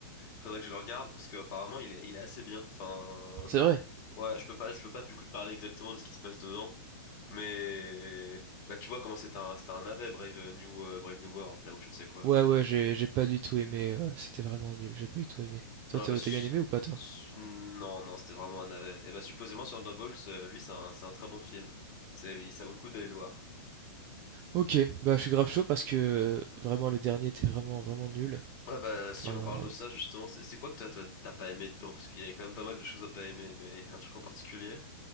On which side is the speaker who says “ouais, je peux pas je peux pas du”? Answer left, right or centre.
Left